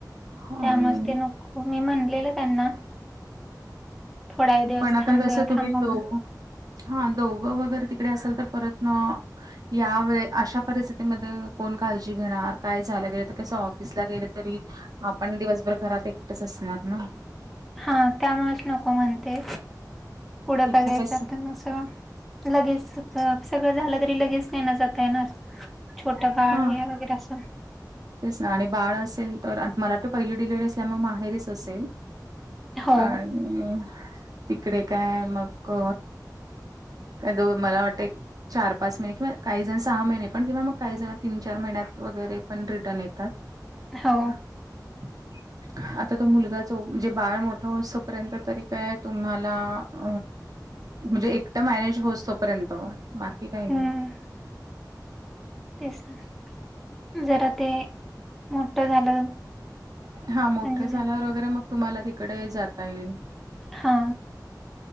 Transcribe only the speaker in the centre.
त्यामुळेच ते नको हो मी म्हणलेलं त्यांना, थोड्या व दिवस
थांब
थांबव म्हण
हा त्यामुळेच नको म्हणते, पुढं
बघायचं
आता कसं. लगेच सगळं झालं तरी लगेच नेण जात आहे न, छोटं बाळ
हे वगैरे अस
हो
हो.
हम्म तेच ना जरा ते मोठं झालं.
म्हणजे
हा.